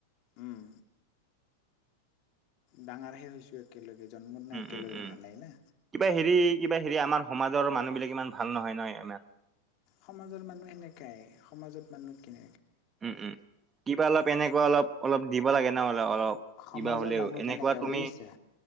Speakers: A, on the left (about 50°); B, on the right (about 25°).
A: উম, ডাঙাৰহে হৈছো একেলগে। জন্মত নাই
B: উম-উম-উম
A: একেলগে হোৱা নাই না।
B: কিবা হেৰি, কিবা হেৰি আমাৰ সমাজৰ মানুহ বিলাক। ইমান ভাল নহয় ন ইমান।
A: সমাজৰ মানুহ সেনেকাই সমাজত মানুহ কে।
B: উম-উম, কিবা অলপ এনেকুৱা অলপ, অলপ দিব লাগে ন। অলপ
A: সমাজৰ
B: কিবা হ'লেও
A: মানুহ
B: এনেকুৱা
A: কেনেকা
B: তুমি।
A: বুজিছা